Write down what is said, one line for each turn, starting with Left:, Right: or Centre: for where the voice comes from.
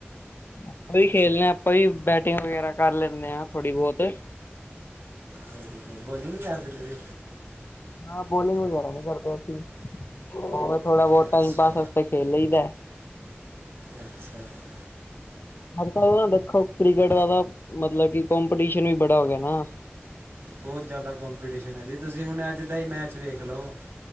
Left: ਆਪਾਂ ਵੀ ਖੇਲਦੇ ਹਾਂ, ਆਪਾਂ ਵੀ ਬੈਟਿੰਗ ਵਗੈਰਾ ਕਰ ਲੈਂਦੇ ਹਾਂ ਥੋੜ੍ਹੀ ਬਹੁਤ
Right: ਤੁਹਾਡੀ ਬੋਲਿੰਗ ਨੀ ਕਰਦੇ ਤੁਸੀਂ
Left: ਹਾਂ ਬੋਲਿੰਗ ਵਗੈਰਾ ਨਹੀਂ ਕਰਦੇ, ਅਸੀਂ ਉਹਵੇੈਂ ਥੋੜਾ ਬਹੁਤ
Right: ਅੱਛਾ
Left: ਟਾਈਮ ਪਾਸ ਵਸਤੇ ਖੇਲ ਲਈ ਦਾ
Right: ਅੱਛਾ ਜੀ।
Left: ਹੱਕ ਨਾ ਦੇਖੋ ਕ੍ਰਿਕਟ ਦਾ ਤਾਂ ਮਤਲਬ ਕਿ ਕਪੀਟੀਸ਼ਨ ਵੀ ਬੜਾ ਹੋ ਗਿਆ ਨਾ।
Right: ਬਹੁਤ ਜ਼ਿਆਦਾ ਕੰਪੀਟੀਸ਼ਨ ਐ ਜੀ, ਤੁਸੀਂ ਹੁਣ ਅੱਜ ਦਾ ਹੀ ਮੈਚ ਵੇਖ ਲਓ।